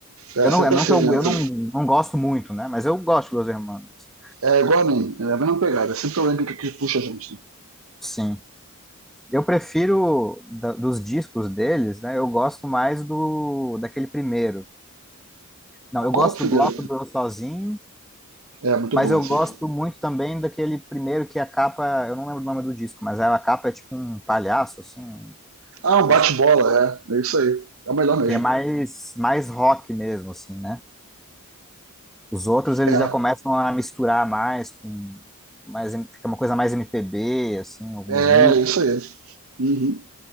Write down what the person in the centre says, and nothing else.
Eu
não, não
que eu,
eu
não, não gosto muito, né? Mas eu gosto dos Hermanos. assim.
Sim. Eu prefiro da- dos discos deles, né? Eu gosto mais do daquele primeiro. Não, eu
gosto
do bloco do Eu Sozinho,
Mas
eu
gosto
muito também daquele primeiro que a capa, eu não lembro o nome do disco, mas a capa é tipo um palhaço, assim, um
rosto,
que é mais, mais rock mesmo, assim, né? Os outros eles
já começam a misturar mais com mais, fica uma coisa mais MPB, assim, algumas
músicas.